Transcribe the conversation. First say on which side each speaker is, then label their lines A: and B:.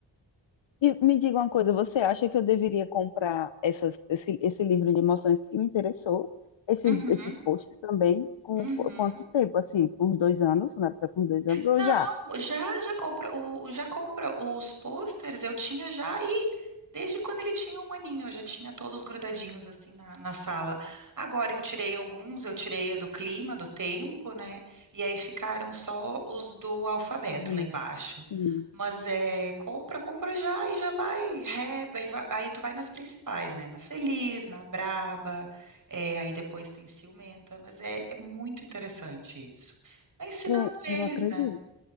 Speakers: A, on the left; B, on the right.
A: E me diga uma coisa, você acha que eu deveria comprar essas, esse, esse livro de emoções que me interessou? Esses,
B: Uhum,
A: esses posts também? Com
B: uhum.
A: qu- quanto tempo? Assim, com uns dois anos? Na época, com dois anos? Ou
B: Não,
A: já?
B: já já compra o já compra os posters, eu tinha já aí desde quando ele tinha um aninho, eu já tinha todos grudadinhos assim na, na sala. Agora eu tirei alguns, eu tirei a do clima, do tempo, né? E aí ficaram só os do alfabeto
A: Tá vendo?
B: lá embaixo.
A: Sim.
B: Mas é, compra, compra já e já vai, reba, e vai- aí tu vai nas principais, né? Na Feliz, na Braba, é, aí depois tem Ciumenta, mas é é muito interessante isso. Vai ensinando
A: É,
B: eles,
A: eu acredito.
B: né?